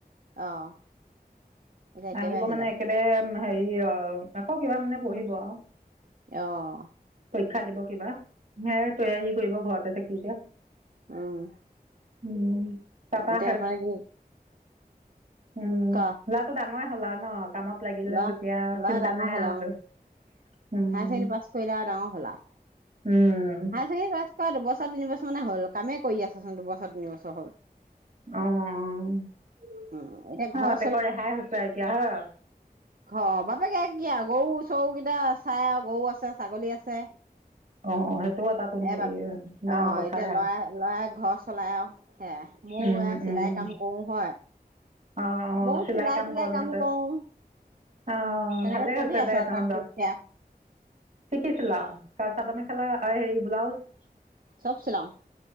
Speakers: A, on the right (about 65°); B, on the right (about 50°).
A: অ', এতিয়া একেবাৰে
B: আহিব
A: আহিলে
B: মানে একেবাৰে হেৰি অ আকৌ কিবা মানে পঢ়িব। অ
A: অ'।
B: পৰীক্ষা দিব কিবা। হে তৈয়াৰী কৰিব ঘৰত। <unintelligible>
A: অ'।
B: উম। তাৰ পা
A: এতিয়া মানে কি
B: উম
A: ক
B: লাটো ডাঙৰ <unintelligible> কামত লাগিলে
A: ল'ৰা
B: যেতিয়া
A: ল'ৰা
B: চিন্তা
A: ডাঙৰ
B: নাই
A: হ'ল
B: আৰু তোৰ। um.
A: Higher ছেকেণ্ডেৰী পাছ কৰিলে আৰু ডাঙৰ হ'ল আৰু
B: উম।
A: হায়াৰ ছেকেণ্ডেৰী পাছ কৰা বছৰ তিনি বছৰ মানে হ'ল কামেই কৰি আছচোন দুবছৰ তিনবছৰ হ'ল।
B: অ' তাৰ বাপেকৰ
A: উম, এতিয়া ঘৰ
B: এতিয়া ৰেহাই হৈছে এতিয়া হয়
A: ঘ বাপেকে কি আৰু গৰু চৰু কেইটা চাই আৰু গৰু আছে ছাগলী আছে।
B: অ সেইটো এটাতোন হেৰি
A: এব অ'
B: ডাঙৰ কথাৰে
A: এতিয়া লৰাই লৰাই ঘৰ চলাই আৰু। সেয়া ময়ো
B: উম
A: এয়া
B: উম
A: চিলাই কাম কৰো হয়।
B: অ অ
A: মোৰ চিলাই তিলাই
B: কৰ নহতে
A: কাম কৰো।
B: অ '
A: তেনেকে
B: ভালেই
A: চলি
B: হৈছে
A: আছো
B: দে
A: আৰু
B: তহতৰ
A: তাক টুককে আৰু
B: শিকিছিলা আও চাদৰ মেখেলা আৰু সেই ব্লাউজ
A: চব চিলাও